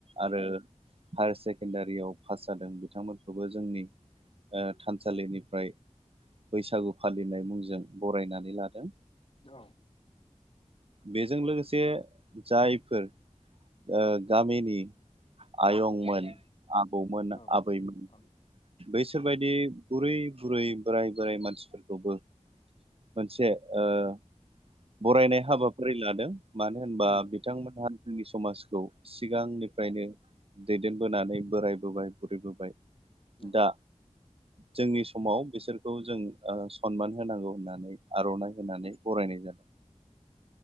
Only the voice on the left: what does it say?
औ
उम
औ
औ
औ
उम
नंगौ